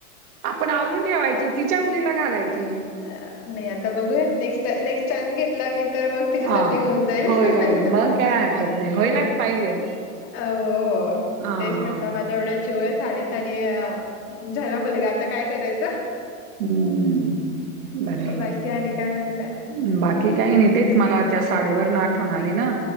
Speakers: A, on the right; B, on the left.
A: आपण आवरून ठेवायची तिच्या मुलीला घालायची.
B: नाही आता बघूया नेक्स्ट नेक्स्ट चान्स घेतला मी तर मग तिच्यासाठी
A: हा.
B: होेऊन जाईल.
A: होईल होईल मग काय हरकत नाही होयलाच पाहिजे.
B: अ हो
A: हा
B: तेच म्हटलं
A: हा.
B: माझा एवढा जीव आहे साडीत आणि अ झाला मुलगा आता काय करायचं?
A: हम्म बरय बरय
B: बाकी
A: आहे.
B: आणि काय म्हणताय
A: बाकी काही नाही तेच मला त्या साडीवरन आठवण आली ना